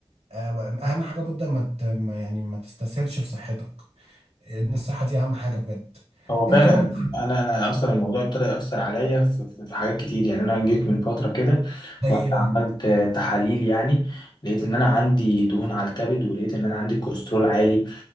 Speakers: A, on the right (about 80°); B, on the left (about 45°).
A: آه، اهم حاجه بجد ما ت- ما- يعني ما تستسهلش في صحتك لان الصحه دي اهم حاجه بجد
B: هو فعلا
A: انت برضو
B: انا انا اصلا الموضوع ابتدى ياثر عليا في, في في حاجات كتير يعني انا جيت من فتره كده
A: زي ايه
B: رحت
A: بقى
B: عملت تحاليل يعني لقيت ان انا عندي دهون على الكبد ولقيت ان انا عندي كوليسترول عالي